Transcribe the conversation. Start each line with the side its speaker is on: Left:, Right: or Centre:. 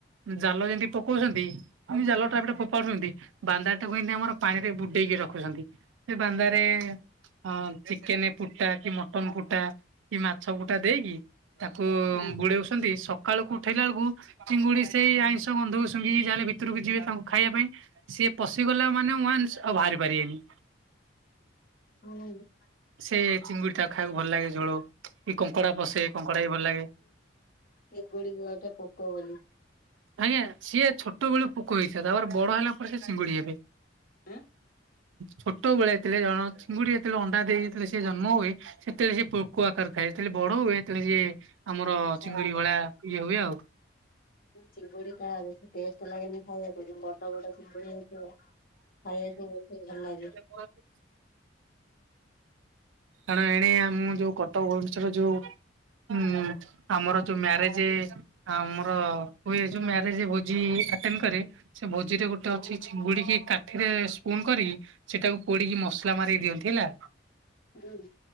Right: ଜାଲ ଯେମିତି ପକଉଛନ୍ତି ଏମିତି ଜାଲ ଟପ ଟା ଫୋପାଡୁଛନ୍ତି ବାନ୍ଦା ଟାକୁ ଏମତି ଆମର ପାଣିରେ ବୁଡେଇକି ରଖୁଛନ୍ତି ସେ ବାନ୍ଦାରେ ହଁ ଚିକେନ ପୁଟା କି ମଟନ ପୁଟା କି ମାଛ ପୁଟା ଦେଇକି ତାକୁ
Left: ହୁଁ
Right: ଉଡଉଛନ୍ତି ସକାଳୁକୁ ଉଠେଇଲା ବେଳକୁ ଚିଙ୍ଗୁଡି ସେଇ ଆଇଁଷ ଗନ୍ଧକୁ ଶୁଙ୍ଘିକି ଯାହାଲେ ଭିତରକୁ ଯିବେ ତାଙ୍କୁ ଖାଇବା ପାଇଁ ସିଏ ପଶିଗଲା ମାନେ ୱାନ୍ସ ଆଉ ବାହାରି ପାରିବେନି
Left: ଅ ନ୍ଦ
Right: ସେ ଚିଙ୍ଗୁଡି ଟା ଖାଇବାକୁ ଭଲ ଲାଗେ ଝୋଳ କି କଙ୍କଡା ପସେ କଙ୍କଡା ବି ଭଲ ଲାଗେ
Left: ସେଭୁଳି ଗୁଆଟା ପୋକ ବୋଲି
Right: ଆଜ୍ଞା ସିଏ ଛୋଟ ବେଳୁ ପୋକ ହେଇଥିଲା ତାପରେ ବଡ ହେଲା ପରେ ସେ ଚିଙ୍ଗୁଡି ହେବେ
Left: ହଁ
Right: ଛୋଟବେଳେ ହେଇଥିଲେ ଜଣ ଚିଙ୍ଗୁଡି ଯେତେବେଳ ଅଣ୍ଡା ଦେଇଥିଲେ ସେ ଜନ୍ମ ହୁଏ ସେତେବେଳେ ସେ ପୋକ ଆକାର ଥାଏ ସେତେବେଳେ ବଡ ହୁଏ ତାହେଲେ ସିଏ ଆମର
Left: ମାଛ
Right: ଚିଙ୍ଗୁଡି
Left: ହେଇଥାଏ।
Right: ଭଳିଆ ଇଏ ହୁଏ ଆଉ
Left: ଚିଙ୍ଗୁଡି ପା ବହୁତ୍ ଟେଷ୍ଟ ଲାଗେନି ଖାଇବାକୁ ଯ ବଡ ବଡ ଚିଙ୍ଗୁଡି ଅ <unintelligible> ଖାଇବାକୁ ବହୁତ୍ ଭଲ ଲାଗେ
Right: ହ <unintelligible> କାରଣ ଏଣେ ଆମ ଯୋଉ କଟକ ଭୁବନେଶ୍ୱର ଯୋଉ ହୁଁ ଆମର ଯୋଉ ମ୍ୟାରେଜ ଆ ଆମର ହୁଏ ଯୋଉ ମାରେଜ ଭୋଜି ଅଟେନ୍ କରେ ସେ ଭୋଜିରେ ଗୋଟେ ଅଛି ଚିଙ୍ଗୁଡିକି କାଠିରେ ସ୍ପୁନ କରିକି ସେଟାକୁ ପୋଡିକି ମସଲା ମାରୀକି ଦିଅନ୍ତି ହେଲା
Left: ହୁଁ